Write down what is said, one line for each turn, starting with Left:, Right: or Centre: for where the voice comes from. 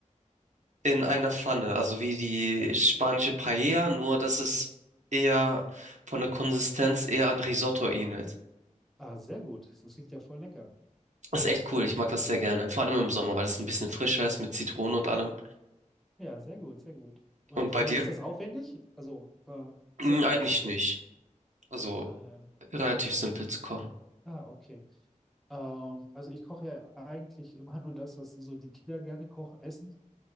Right: in einer Pfanne, also wie die spanische Paella, nur dass es eher von der Konsistenz eher an Risotto ähnelt.
Centre: Ah, sehr gut. Das klingt ja voll lecker.
Right: Ist echt cool, ich mag das sehr gerne. Vor allem im Sommer, weil es ein bisschen frischer ist mit Zitrone und allem.
Centre: Ja, sehr gut, sehr gut. Und
Right: Und bei
Centre: äh,
Right: dir?
Centre: ist das aufwendig? Also, äh, ist
Right: Hm,
Centre: das,
Right: eigentlich
Centre: ist das,
Right: nicht. Also
Centre: äh,
Right: relativ simpel zu kochen.
Centre: Ah, okay. Ähm, also ich koche ja eigentlich immer nur das, was so die Kinder gerne kochen, essen.